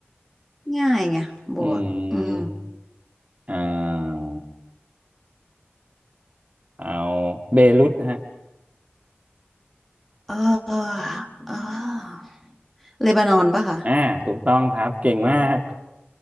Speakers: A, in the centre; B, on the right (about 35°).
A: ง่ายไงโบอะอืม
B: อืมอ่าเอาเบรุตฮะ
A: เออเออเลบานอนป่ะคะ
B: อ่าถูกต้องครับ เก่งมาก